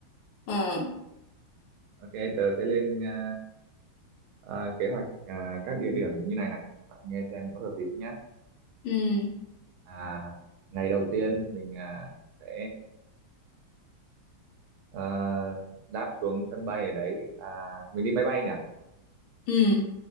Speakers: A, on the left; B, on the right.
A: ừ,
B: ok tớ sẽ lên à, à, kế hoạch à, các địa điểm như này này bạn nghe xem có hợp lý không nhé
A: ừ,
B: à, ngày đầu tiên mình à, sẽ à, đáp xuống sân bay ở đấy à, mình đi máy bay nhỉ
A: ừ.